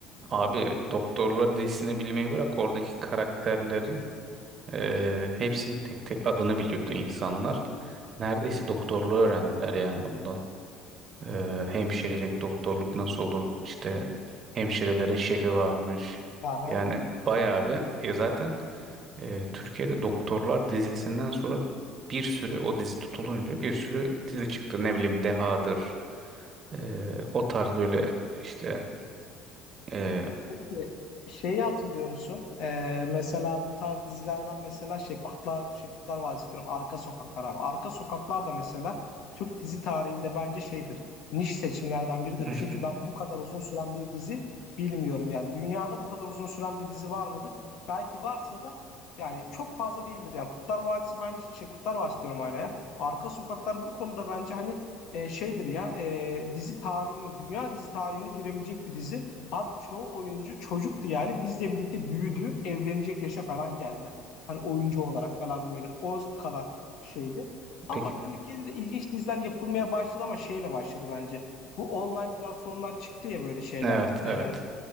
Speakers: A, on the right; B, on the left.
A: Abi doktorlar dizisini bilmeyi bırak oradaki karakterlerin eee, hepsinin tek tek adını biliyordu insanlar. Neredeyse doktorluğu öğrendiler yani ondan. Eee, hemşirelik, doktorluk nasıl olur işte hemşirelerin şefi varmış.
B: Aha,
A: Yani bayağı bir e, zaten eee, Türkiye'de doktorlar dizisinden sonra bir sürü o dizi tutulunca bir sürü dizi çıktı. Ne bileyim Deha'dır eee, o tarz böyle işte eee,
B: Peki şeyi hatırlıyor musun? Ee, mesela bu tarz dizilerden mesela şey Kurtlar şey Kurtlar Vadisi diyorum. Arka Sokaklar abi. Arka Sokaklar da mesela Türk dizi tarihinde bence şeydir. Niş seçimlerden biridir.
A: <laughs>
B: Çünkü ben bu kadar uzun süren bir dizi bilmiyorum. Yani dünyada bu kadar uzun süren bir dizi var mıdır? Belki varsa da yani çok fazla değildir. Yani Kurtlar Vadisi bence şey Kurtlar Vadisi diyorum hala ya. Arka Sokaklar bu konuda bence hani e, şeydir ya e, dizi tarihinin dünya dizi tarihine girebilecek bir dizi. Abi çoğu oyuncu çocuktu yani. Bizle birlikte büyüdü. Evlenecek yaşa falan geldiler. Hani oyuncu olarak falan böyle o kadar şeydi. Ama
A: peki
B: bak Türkiye'de de ilginç diziler yapılmaya başladı ama şeyle başladı bence. Bu online platformlar çıktı ya böyle şeyler.
A: evet evet.
B: Ee,